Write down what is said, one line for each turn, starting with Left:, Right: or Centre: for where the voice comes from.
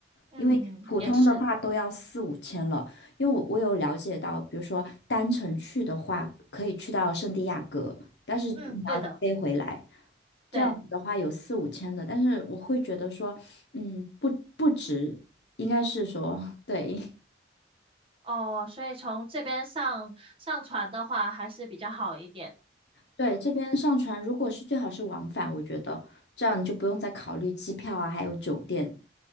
Right: 嗯，
Left: 因为普通的话都要四五千了。
Right: 也是，
Left: 因为我我有了解到，比如说单程去的话，可以去到圣地亚哥，但是你要飞回来，
Right: 嗯，对的，
Left: 这样子的话有四五千的，
Right: 对。
Left: 但是我会觉得说，嗯，不不值，应该是说对。
Right: 哦，所以从这边上上船的话还是比较好一点。
Left: 对，这边上船如果是最好是往返，我觉得这样你就不用再考虑机票啊，还有酒店。